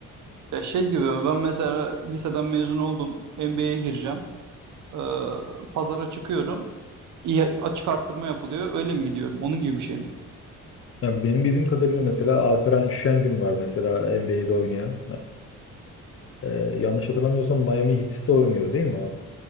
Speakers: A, on the right (about 70°); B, on the left (about 45°).
A: Ya şey gibi ben mesela liseden mezun oldum. NBA'ye gireceğim. Ee, pazara çıkıyorum. İyi, açık arttırma yapılıyor. Öyle mi gidiyorum? Onun gibi bir şey mi?
B: Ya benim bildiğim kadarıyla mesela Alperen Şengün var mesela NBA'de oynayan. Ee, e, yanlış hatırlamıyorsam Miami Heat'te oynuyor değil mi o?